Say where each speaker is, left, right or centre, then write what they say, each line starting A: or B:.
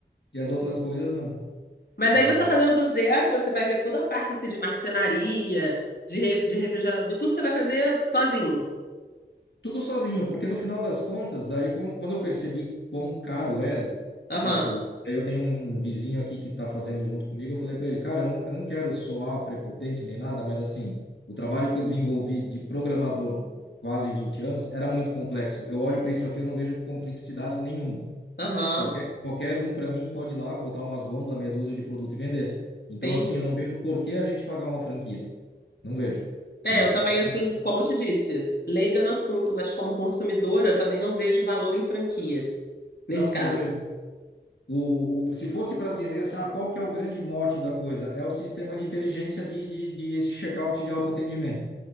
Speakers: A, on the left; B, on the left.
A: e as outras coisas não.
B: Mas
A: Mas
B: aí você está fazendo do zero, você vai ver toda a parte assim, de marcenaria, de, re- de refrigerador, tudo você vai fazer sozinho.
A: Tudo sozinho, porque no final das contas, daí quan- quando eu percebi quão caro era,
B: Aham,
A: eu, eu, daí eu tenho um, um vizinho aqui que está fazendo junto comigo, eu falei para ele, cara, eu não, eu não quero soar prepotente nem nada, mas assim, o trabalho que eu desenvolvi de programador quase 20 anos era muito complexo. Eu olho para isso aqui, eu não vejo complexidade nenhuma.
B: aham,
A: Qualquer, qualquer um, para mim, pode ir lá, botar umas gôndolas, meia dúzia de produto e vender. Então,
B: sim.
A: assim, eu não vejo por que a gente pagar uma franquia. Não vejo,
B: É,
A: né?
B: eu também,
A: Ah,
B: assim, como eu te disse, leiga no assunto, mas como consumidora também não vejo valor em franquia, nesse
A: Não,
B: caso.
A: não vejo. O, o- se fosse para dizer assim, ah, qual que é o grande mote da coisa? É o sistema de inteligência de, de, de checkout de autoatendimento.